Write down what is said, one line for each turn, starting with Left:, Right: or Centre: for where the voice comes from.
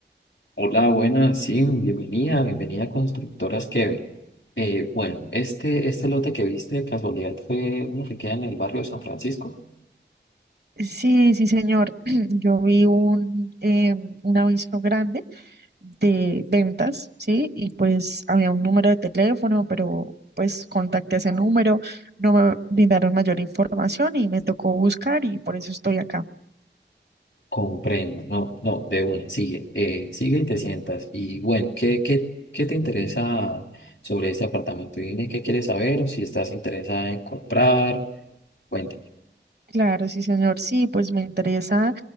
Left: Hola, buenas, sí, bienvenida, bienvenida a Constructoras Kevin. Eh, bueno, este, este lote que viste de casualidad fue uno que queda en el barrio de San Francisco.
Right: Sí, sí, señor. <clears throat> Yo vi un, eh, un aviso grande de ventas, ¿sí? Y pues había un número de teléfono, pero pues contacté ese número, no me brindaron mayor información y me tocó buscar y por eso estoy acá.
Left: Comprendo, no, no, de una, sigue, eh, sigue y te sientas. Y bueno, ¿qué, qué, qué te interesa sobre este apartamento? Dime qué quieres saber o si estás interesada en comprar, cuéntame.
Right: Claro, sí, señor. Sí, pues me interesa